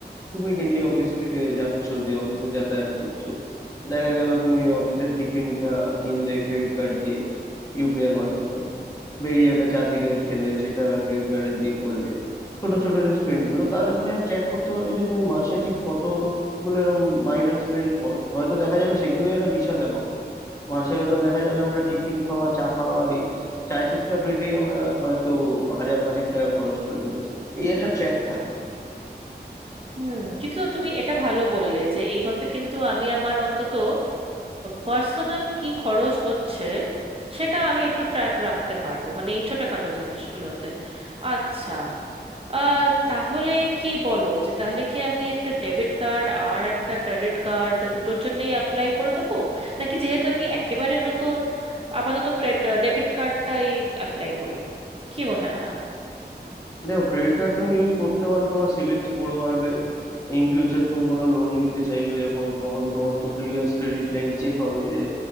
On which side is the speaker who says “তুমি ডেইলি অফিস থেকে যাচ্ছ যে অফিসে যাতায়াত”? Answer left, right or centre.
Left